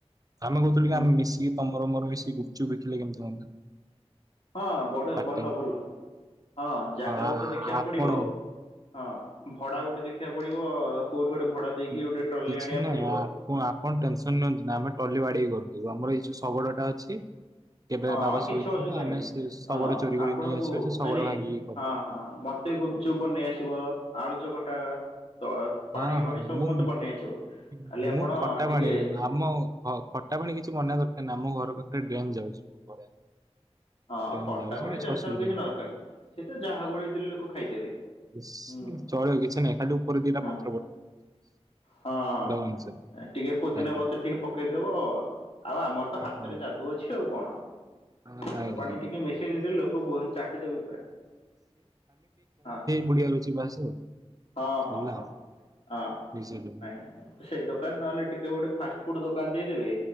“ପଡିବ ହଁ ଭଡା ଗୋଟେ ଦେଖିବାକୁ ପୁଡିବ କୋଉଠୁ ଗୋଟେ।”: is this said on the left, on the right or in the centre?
Left